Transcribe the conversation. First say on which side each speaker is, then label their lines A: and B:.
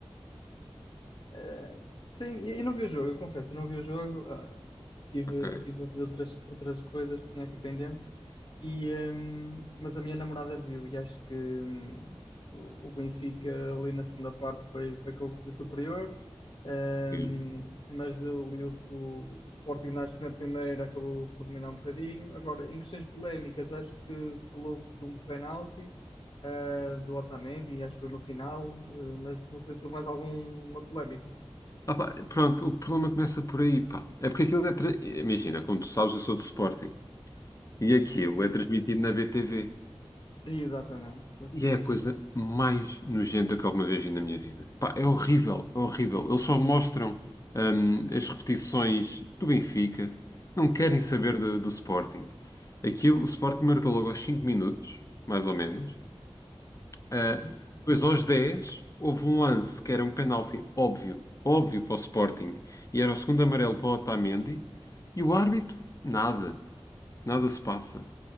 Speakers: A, on the left; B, on the left.
A: Eh, sim, e e não vi o jogo, eu confesso, eu não vi o jogo. ah, tive,
B: Ok.
A: tive a fazer outras, outras coisas que tinha aqui pendentes, e, hum, mas a minha namorada viu e acho que hum, o o Benfica ali na segunda parte foi, foi acabou por ser superior. hum,
B: Sim.
A: mas eu li o, o, o Sporting acho que na primeira acabou por dominar um bocadinho. Agora, em questões polémicas, acho que falou-se de um penalti. ah, do Otamendi, acho que foi no final, ah, mas não sei se houve mais alguma polémica.
B: Ah, pá, pronto, o problema começa por aí, pá. É porque aquilo é. tra- Imagina, como tu sabes, eu sou de Sporting. E aquilo
A: Sim, sim.
B: é transmitido na BTV.
A: Exatamente. Já-
B: E é a coisa mais nojenta que alguma vez vi na minha vida. Pá, é horrível, é horrível. Eles só mostram, hum, as repetições do Benfica. Não querem saber do, do Sporting. Aquilo, o Sporting marcou logo aos 5 minutos, mais ou menos. Ah,
A: Uhum.
B: depois, aos 10 houve um lance que era um penalti óbvio, óbvio para o Sporting, e era o segundo amarelo para o Otamendi, e o árbitro, nada, nada se passa.